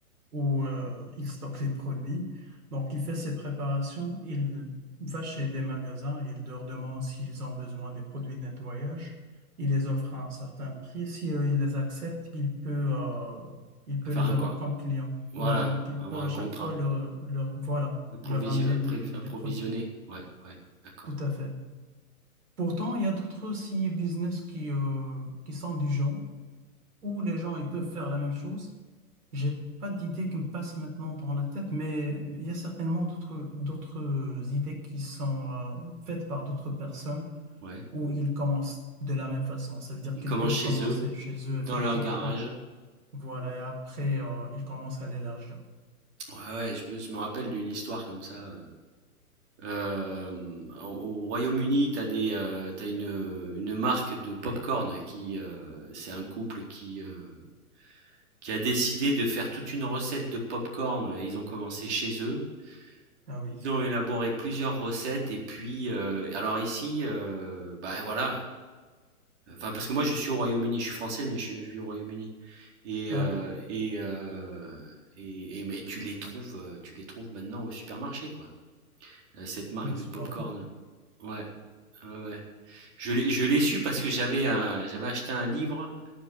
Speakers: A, on the right; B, on the right.
A: où euh, il stocke les produits. Donc, il fait ses préparations, il va chez des magasins et il leur demande s'ils ont besoin des produits de nettoyage. Il les offre à un certain prix. Si euh, il les accepte, il peut, euh, il peut
B: Faire
A: les
B: un,
A: avoir
B: co-
A: comme clients.
B: voilà,
A: Voilà, donc il
B: avoir
A: peut
B: un
A: à chaque
B: contrat,
A: fois leur, leur, voilà,
B: Approvisio-
A: leur ramener
B: appré-
A: de-
B: approvisionner.
A: des produits.
B: Ouais, ouais, d'accord.
A: Tout à fait. Pourtant, il y a d'autres aussi business qui, euh, qui sont du genre où les gens ils peuvent faire la même chose, j'ai pas d'idée qui me passe maintenant dans la tête, mais il y a certainement d'autres d'autres idées qui sont euh, faites par d'autres personnes
B: Ouais.
A: où ils commencent de la même façon. Ça veut dire
B: Ils
A: qu'ils
B: commencent
A: peuvent
B: chez
A: commencer
B: eux,
A: chez
B: dans
A: eux, effectivement.
B: leur garage.
A: hein. Voilà, et après, euh, ils commencent à l'élargir.
B: Ouais, ouais, je me, je me rappelle d'une histoire comme ça. Hem, au au Royaume-Uni, tu as des, heu, tu une, une marque de pop-corn qui, heu, c'est un couple qui, heu, qui a décidé de faire toute une recette de pop-corn et ils ont commencé chez eux.
A: Ah oui,
B: Ils ont élaboré plusieurs recettes et puis, heu, alors ici, heu, bah, voilà, enfin, parce que moi je suis au Royaume-Uni, je suis français mais je je vis au Royaume-Uni et
A: ah
B: heu
A: oui,
B: et heu et et mais tu les trouves, heu, tu les trouves maintenant au supermarché, quoi, heu, cette marque
A: ben,
B: de
A: c'est
B: pop-corn.
A: parfait.
B: Ouais, ouais, ouais. Je l'ai, je l'ai su parce que j'avais un, j'avais acheté un livre